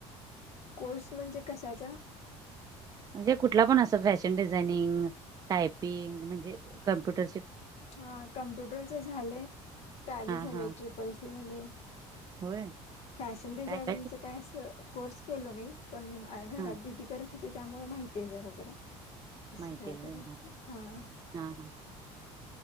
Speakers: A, on the left; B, on the right.
A: कोर्स म्हणजे कशाचा
B: म्हणजे कुठला पण असं फॅशन डिझायनिंग टायपिंग म्हणजे कम्प्युटर
A: हा कमप्युटरच झाले टॅली
B: हा
A: झाले
B: हा
A: ट्रिपल सी झाले.
B: होय
A: फॅशन डिझाइनि
B: काय केलं?
A: काय अस कोर्स केलो नाही पण घरात
B: हा
A: दिदी करत होते. त्यामुळे माहिती आहे जरा जरा कसं
B: माहिती
A: काय
B: आहे होय
A: करायचं हा.
B: हा हा